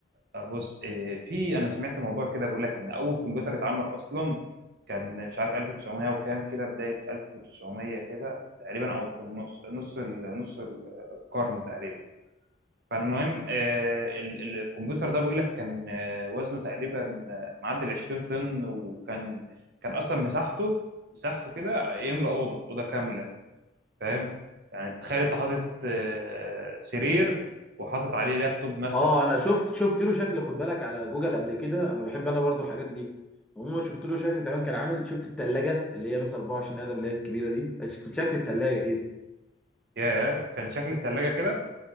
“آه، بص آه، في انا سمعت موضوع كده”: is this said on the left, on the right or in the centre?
Right